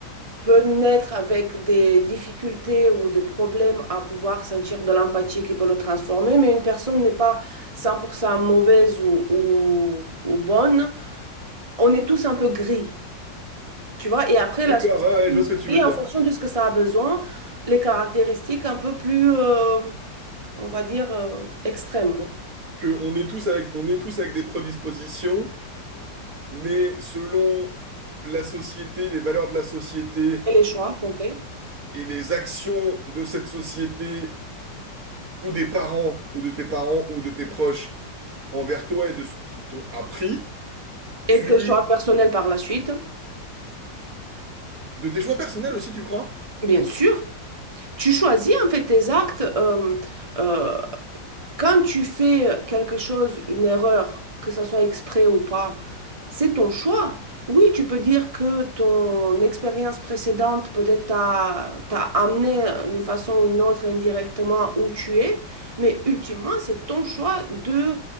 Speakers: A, on the right; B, on the right.
A: peut naître avec des difficultés ou des problèmes à pouvoir sentir de l'empathie qui peut le transformer, mais une personne n'est pas 100% mauvaise ou, ou, ou bonne. On est tous un peu gris, tu vois, et après
B: D'accord,
A: la société,
B: ouais, ouais, je vois ce que tu veux dire.
A: en fonction de ce que ça a besoin, les caractéristiques un peu plus, euh, on va dire, euh, extrêmes.
B: Donc, que on est tous avec, on est tous avec des prédispositions. Mais selon la société, les valeurs de la société
A: Et les choix qu'on fait,
B: et les actions de cette société ou des parents ou de tes parents ou de tes proches envers toi et de ce qu'ils t'ont appris, tu...
A: et tes choix personnels par la suite,
B: de tes choix personnels aussi, tu crois?
A: bien sûr. Tu choisis en fait tes actes euh, euh, quand tu fais quelque chose, une erreur, que ça soit exprès ou pas, c'est ton choix. Oui, tu peux dire que ton expérience précédente peut-être t'a t'a amené d'une façon ou d'une autre indirectement où tu es, mais ultimement, c'est ton choix de